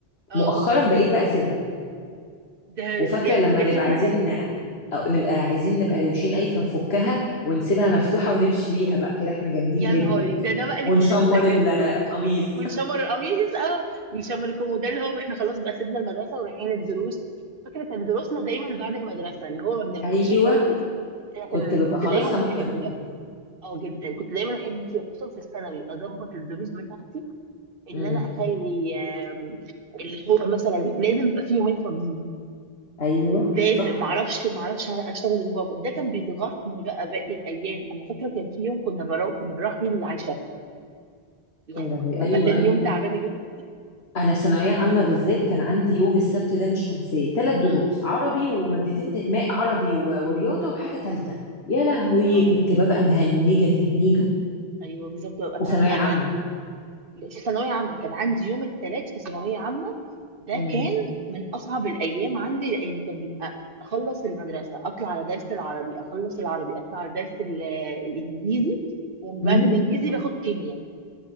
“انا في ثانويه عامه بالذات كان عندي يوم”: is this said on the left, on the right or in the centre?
Left